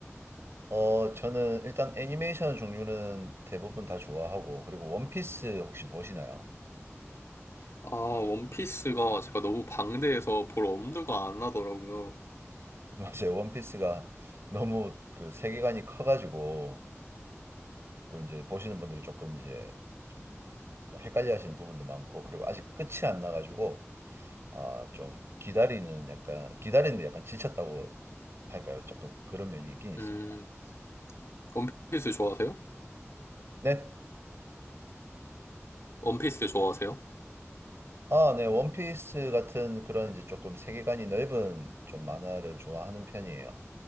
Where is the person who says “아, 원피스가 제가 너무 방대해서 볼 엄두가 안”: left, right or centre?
Left